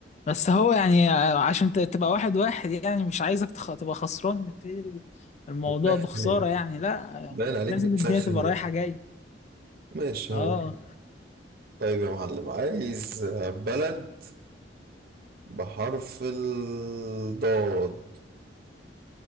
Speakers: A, on the left; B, on the right.
A: بس هو يعني آه، عشان ت- تبقى واحد واحد يعني مش عايزك تخ... تبقى خسران نبتدي الموضوع
B: بتسخن
A: بخسارة
B: يعني
A: يعني لا آه،
B: باين عليك
A: لازم
B: بتسخن
A: الدنيا تبقى رايحة
B: لسه
A: جاي
B: ماشي
A: اه
B: هو طيب يا معلم عايز آه، بلد بحرف الضاد